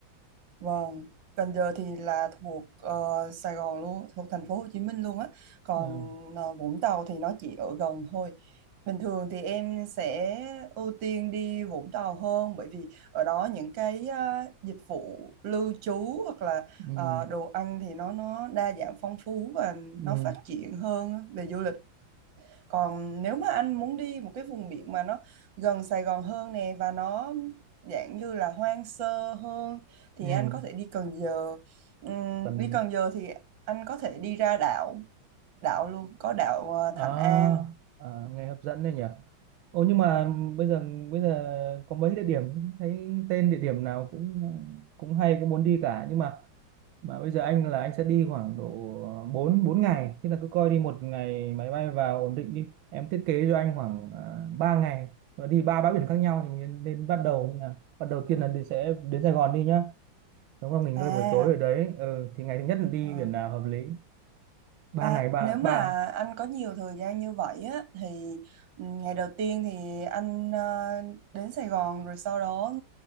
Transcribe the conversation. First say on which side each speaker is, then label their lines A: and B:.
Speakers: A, on the right (about 70°); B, on the right (about 85°).
A: vâng Cần Giờ thì là thuộc ờ, Sài Gòn luôn thuộc thành phố Hồ Chí Minh luôn á còn
B: à,
A: ờ, Vũng Tàu thì nó chỉ ở gần thôi bình thường thì em sẽ ưu tiên đi Vũng Tàu hơn bởi vì ở đó những cái ờ, dịch vụ lưu trú hoặc là
B: ừ,
A: ờ, đồ ăn thì nó nó đa dạng phong phú và
B: ừ,
A: nó phát triển hơn á, về du lịch Còn nếu mà anh muốn đi một cái vùng biển mà nó gần Sài Gòn hơn nè và nó dạng như là hoang sơ hơn thì
B: ừ.
A: anh có thể đi Cần Giờ. Ừm,
B: Cần
A: đi Cần Giờ thì anh có thể đi ra đảo, đảo luôn, có đảo ờ,
B: à,
A: Thạnh An.
B: à, nghe hấp dẫn đấy nhỉ Ồ nhưng mà
A: Vâng.
B: bây giờ bây giờ có mấy địa điểm thấy tên địa điểm nào cũng cũng hay cũng muốn đi cả nhưng mà mà bây giờ anh là anh sẽ đi khoảng độ 4 4 ngày tức là cứ coi đi một ngày máy bay vào ổn định đi em thiết kế cho anh khoảng uh, 3 ngày và đi ba bãi biển khác nhau thì mình nên bắt đầu như nào bắt đầu tiên là đi sẽ đến Sài Gòn đi nhá đúng không nghỉ ngơi
A: À,
B: buổi tối ở đấy ừ, thì ngày thứ nhất là đi
A: vâng.
B: biển nào hợp lý ba
A: À,
B: ngày ba
A: nếu mà
B: ba
A: anh có nhiều thời gian như vậy á, thì ừ, ngày đầu tiên thì anh ờ, đến Sài Gòn rồi sau đó